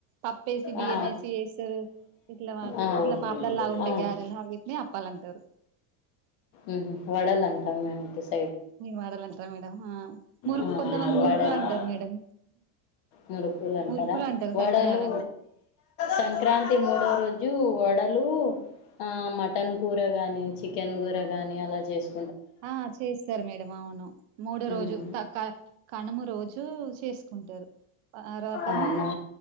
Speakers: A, on the right; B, on the left.
A: పప్పేసి బియ్యం
B: ఆ
A: యేసి జేస్తరు ఇట్లా
B: ఆ అవును
A: ఇట్లా పాపడలాగాంటాయి గారెలా వీటిని అప్పాలంటారు
B: ఉమ్ హు వడల్ అంటాం మేము ఇటు సైడ్
A: మీరు వడల్ అంటారా మేడం మురు
B: ఆ
A: కొంతమంది మురుకులు
B: వడలు
A: అంటారు మేడం
B: మురుకులు అంటారా
A: మురుకులు అంటారు
B: వడలు
A: సకినాలని
B: సంక్రాంతి మూడవ రోజు వడలు ఆ మటన్ కూర గాని చికెన్ కూర గాని అలా చేసు
A: ఆ చేస్తారు మేడం అవును మూడో రోజు
B: ఉమ్
A: తాక కనుము రోజూ చేసుకుంటారు. ఆ రాతము
B: అవునా